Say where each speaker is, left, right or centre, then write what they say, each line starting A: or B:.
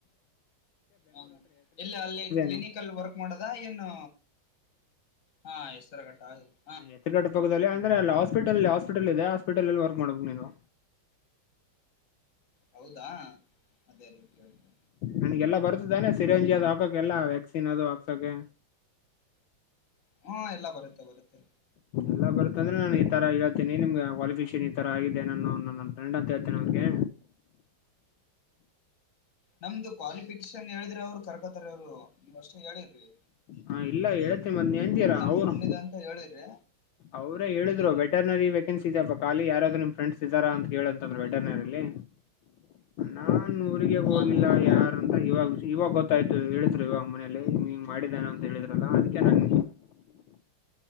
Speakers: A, on the left (about 40°); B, on the left (about 75°).
A: ಹ ಎಲ್ಲಿ ಅಲ್ಲಿ ಕ್ಲಿನಿಕಲ್
B: ನೀನು
A: ವರ್ಕ್ ಮಾಡದ ಏನು ಹಾ ಹೆಸರುಗಟ್ಟಾ ಆ
B: ಹೆಸರಘಟ್ಟಾ ಪಕ್ಕದಲ್ಲಿ ಅಂದ್ರೆ ಅಲ್ಲಿ ಹಾಸ್ಪಿಟಲ್ ಹಾಸ್ಪಿಟಲ್ ಇದೆ ಹಾಸ್ಪಿಟಲ್ಲಲಿ ವರ್ಕ್ ಮಾಡಬೇಕು ನೀನು
A: ಹೌದಾ ಅದೇ ಅದೇ ಕೇಳ್ದೆ
B: ನಿನ್ಗೆಲ್ಲಾ ಬರುತ್ತದಾನೆ ಸಿರೆಯಂಜಿ ಅ ಹಾಕ ಎಲ್ಲಾ ವ್ಯಾಕ್ಸಿನ್ ಅದು ಹಾಕೊಕೆ
A: ಹಾ ಎಲ್ಲ ಬರುತ್ತೆ ಬರುತ್ತೆ
B: ಎಲ್ಲ ಬರುತ್ತಂದ್ರ ನಾನು ಈ ತರ ಹೇಳ್ತಿನಿ ನಿಮ್ಮ <unintelligible> ಈ ತರ ಆಗಿದೆ ನನ್ನೋ ನನ್ನ ಫ್ರೆಂಡ್ ಅಂತ ಹೇಳ್ತಿನ್ ಅವ್ರ್ಗೆ
A: ನಮ್ದು ಕ್ವಾಲಿಫಿಕೇಶನ್ ಹೇಳಿದ್ರೆ ಅವ್ರು ಕರ್ಕೊತರೆ ಅವ್ರು ನೀವ್ ಫಷ್ಟೇ ಹೇಳಿರ್ರಿ
B: ಹಾ ಇಲ್ಲ ಹೇಳ್ತಿ ಮತ್ತ್ ನೆಂತೀರ ಅವ್ರು
A: ಫ್ರೆಂಡ್ದ ಅಂತ ಹೇಳಿರಿ
B: ಅವ್ರೆ ಹೇಳಿದ್ರು ವೆಟರ್ನರಿ ವೆಕೆನ್ಸಿ
A: ಹ್ಮ್
B: ಇದ್ ಖಾಲಿ ಯಾರಾದ್ರು ನಿಮ್ ಫ್ರೆಂಡ್ಸ್ ಇದಾರಾ ಅಂತ್ ಕೇಳಂತಂದ್ರು ವೆಟರ್ನರಿಲಿ ನಾನ್ ಊರಿಗೆ ಹೋಗಿಲ್ಲ
A: ಹಾ ಹಾ
B: ಯಾರ್ ಅಂತ ಇವಾಗ್ ಇವಾಗ್ ಗೊತ್ತಾಯ್ತು ಹೇಳಿದ್ರು ಇವಾಗ್ ಮನೇೆಲ್ಲಿ ಇಂಗ್ ಇಂಗ್ ಮಾಡಿದನ. ಅಂತ್ ಹೇಳಿದ್ರಲ್ಲ ಅದಿಕ್ಕೆ ನಾನ್